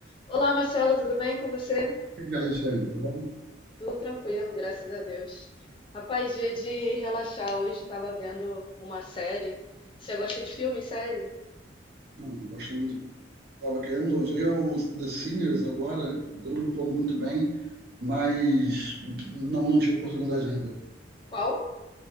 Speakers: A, on the left; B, on the right.
A: Olá, Marcelo, tudo bem com você?
B: E aí, Sam, bom?
A: Tudo tranquilo, graças a Deus. Rapaz, dia de relaxar hoje, tava vendo uma série. Você gosta de filme, série?
B: Não, gosto muito. Tava querendo ver o The Sinners agora, todo mundo falando muito bem, mas não, não tive oportunidade ainda.
A: Qual?